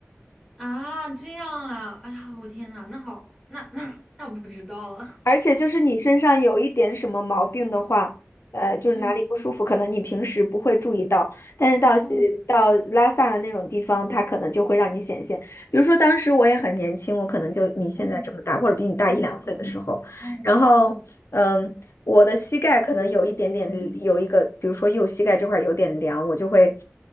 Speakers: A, in the centre; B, on the left.
A: 啊，这样啊，哎呀，我天呐，那好，那 <laughs> 那那我不知道了。
B: 而且就是你身上有一点什么毛病的话，呃，就是哪里不舒服，
A: 嗯
B: 可能你平时不会注意到，但是到西到拉萨的那种地方，
A: 嗯
B: 它可能就会让你显现。比如说当时我也很年轻，我可能就你现在这么大，
A: 嗯
B: 或者比你大一两岁的时候，
A: 嗯嗯嗯嗯，
B: 然后嗯，我的膝盖可能有一点点有一个，比如说右膝盖这块儿有点凉，我就会。